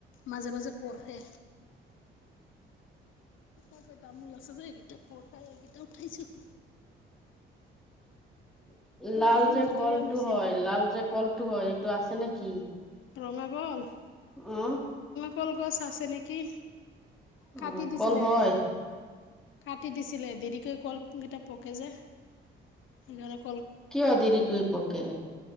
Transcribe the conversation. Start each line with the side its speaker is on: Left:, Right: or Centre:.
Left: মাজে মাজে পঢ়ে।
Centre: <unintelligible>
Left: াক তামোল আছে যে এইকেইটা পৰঠাই এইকেইটা উঠাইছো <inaudible>
Centre: <inaudible> লাল
Left: আমাৰো
Centre: যে
Left: মধুৰিআম
Centre: কলটো
Left: হৈছে
Centre: হয় লাল যে কলটো হয় এইটো আছে নেকি?
Left: ৰঙাগল?
Centre: অঁ।
Left: কলগছ আছে নেকি। কাটি
Centre: অ'
Left: দিছিলে
Centre: কল হয়?
Left: কাটি দিছিলে দেৰিকে কল কেইটা পকে যে সলপ
Centre: কি দেৰিকৈ পকে?